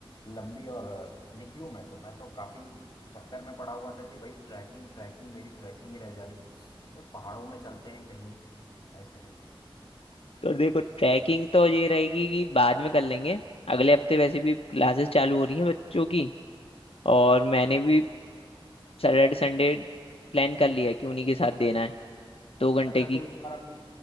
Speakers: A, on the left; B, on the left.
A: लंबी और अ, निकलूं मैं तो मैं तो काफी चक्कर में पड़ा हुआ था कि भाई ट्रैकिंग ट्रैकिंग मेरी ट्रैकिंग ही रह जा रही है। तो पहाड़ों में चलते हैं कहीं ऐसे
B: तो देखो ट्रैकिंग तो ये रहेगी कि बाद में कर लेंगे अगले हफ्ते वैसे भी क्लासेस चालू हो रही हैं बच्चों की और मैंने भी सैटरडे संडे प्लान कर लिया है कि उन्हीं के साथ देना है दो घंटे
A: अच्छा
B: की
A: तो इस बार अभी